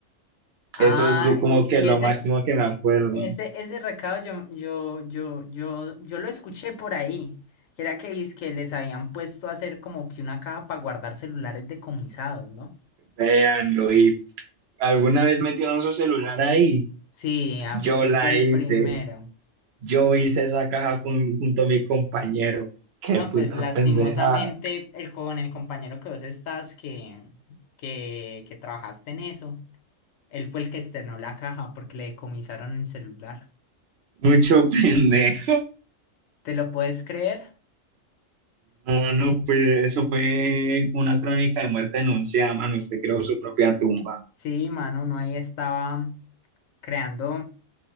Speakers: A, on the left; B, on the right.
A: Ah,
B: Eso es lo- como
A: y,
B: que
A: y
B: lo
A: ese,
B: máximo que me acuerdo.
A: ese, ese recado yo, yo, yo, yo, yo lo escuché por ahí. Que era que, que les habían puesto a hacer como que una caja para guardar celulares decomisados, ¿no?
B: Véanlo, y alguna vez metieron su celular ahí.
A: Sí, a mí-
B: Yo
A: yo
B: la
A: fui el
B: hice,
A: primero.
B: yo hice esa caja con- junto a mi compañero. Qué
A: No,
B: puta
A: pues lastimosamente
B: pendeja.
A: el, con el compañero que vos estás que, que, que trabajaste en eso, él fue el que externó la caja porque le decomisaron el celular.
B: Mucho <laughs> pendejo.
A: ¿Te lo puedes creer?
B: No, no, pues eso fue una crónica de muerte anunciada, mano. Usted creó su propia tumba.
A: Sí, mano, uno ahí estaba creando.